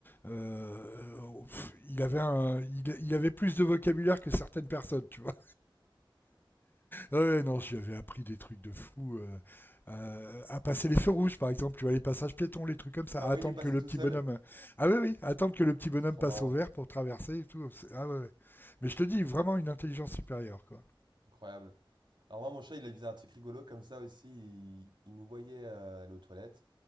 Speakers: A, on the left; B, on the right.
A: euh, pff, il, avait un, il, il avait plus de vocabulaire que certaines personnes, tu vois. Ah ouais, non, si j'avais appris des trucs de fou. euh, euh, à passer les feux rouges, par exemple, tu vois, les passages piétons, les trucs comme ça,
B: Ah
A: à
B: oui,
A: attendre
B: il est passé
A: que le
B: tout
A: petit
B: seul.
A: bonhomme. euh, Ah oui, oui, attendre que le petit bonhomme
B: C'est trop
A: passe
B: marrant,
A: au vert pour traverser et tout. c'est- Ah ouais, ouais. Mais je te dis, vraiment une intelligence supérieure, quoi.
B: incroyable. Alors moi, mon chat, il a- il faisait un truc rigolo comme ça aussi. Il, il nous voyait euh, aller aux toilettes,